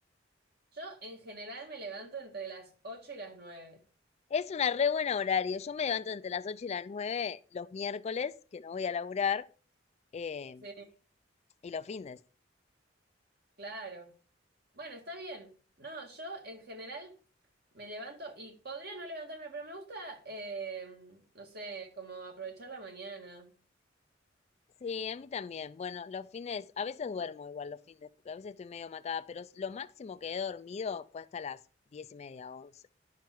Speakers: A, on the right (about 60°); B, on the left (about 35°).
A: Yo en general me levanto entre las ocho y las nueve.
B: Es una re buena horario. Yo me levanto entre las 8 y las 9 los miércoles, que no voy a laburar, eh,
A: Sí,
B: y los fines.
A: claro. Bueno, está bien. No, yo en general me levanto y podría no levantarme, pero me gusta, eh, no sé, como aprovechar la mañana.
B: Sí, a mí también. Bueno, los fines, a veces duermo igual los fines, porque a veces estoy medio matada, pero s- lo máximo que he dormido fue hasta las diez y media, once.